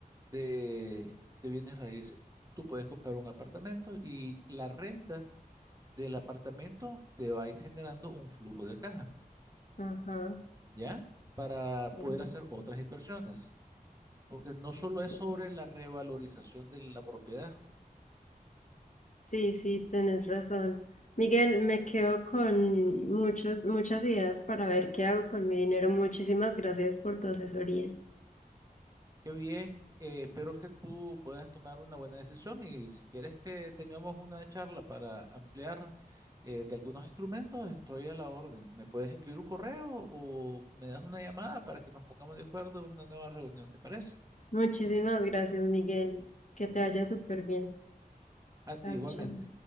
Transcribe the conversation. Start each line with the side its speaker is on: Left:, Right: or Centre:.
Right: de, de bienes raíces. Tú puedes comprar un apartamento y la renta del apartamento te va a ir generando un flujo de caja.
Left: Ajá.
Right: ¿ya? Para
Left: mm,
Right: poder hacer otras inversiones, porque no solo
Left: súper.
Right: es sobre la revalorización de la propiedad.
Left: Sí, sí, tenés razón. Miguel, me quedo con muchos, muchas ideas para ver qué hago con mi dinero. Muchísimas gracias por tu asesoría.
Right: Qué bien, eh, espero que tú puedas tomar una buena decisión y si quieres que tengamos una charla para ampliar eh, de algunos instrumentos, estoy a la orden. ¿Me puedes escribir un correo o me das una llamada para que nos pongamos de acuerdo en una nueva reunión? ¿Te parece?
Left: Muchísimas gracias, Miguel. Que te vaya súper bien.
Right: A
Left: Chao,
Right: ti igualmente.
Left: chao.